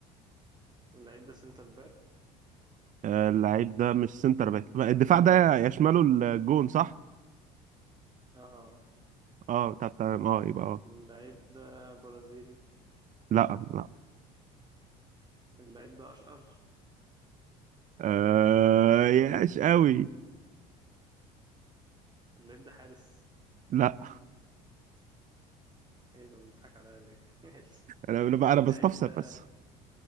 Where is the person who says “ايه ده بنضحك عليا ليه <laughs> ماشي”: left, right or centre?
Right